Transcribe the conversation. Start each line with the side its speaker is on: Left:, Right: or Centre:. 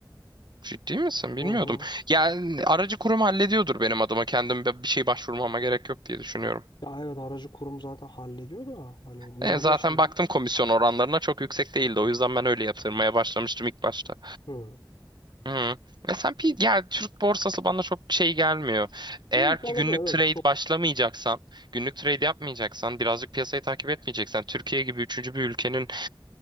Right: Ciddi misin? Bilmiyordum.
Left: Hı hı.
Right: Yani aracı kurum hallediyordur benim adıma. Kendim bir bir şey başvurmama gerek yok diye düşünüyorum.
Left: Ya evet aracı kurum zaten hallediyor da hani
Right: E,
Left: yine
Right: zaten
Left: de şey.
Right: baktım komisyon oranlarına çok yüksek değildi. O yüzden ben öyle yatırmaya başlamıştım ilk başta.
Left: Hı.
Right: Hı. S&P ya Türk borsası bana çok şey gelmiyor. Eğer
Left: Hı, Bana
Right: ki günlük
Left: da evet
Right: trade
Left: çok.
Right: başlamayacaksan, günlük trade yapmayacaksan, birazcık piyasayı takip etmeyeceksen, Türkiye gibi üçüncü bir ülkenin